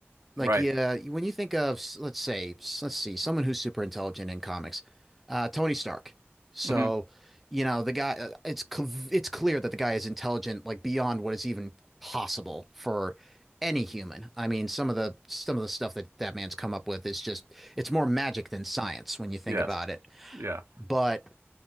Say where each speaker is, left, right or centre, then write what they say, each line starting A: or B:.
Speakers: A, in the centre; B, on the right.
A: Like
B: Right.
A: yeah, when you think of s- let's say s- let's see someone who's super intelligent in comics, uh, Tony Stark. So,
B: hmm
A: you know the guy. uh, It's cl- it's clear that the guy is intelligent like beyond what is even possible for any human. I mean, some of the some of the stuff that that man's come up with is just it's more magic than science when you think
B: Yes.
A: about it.
B: Yeah.
A: But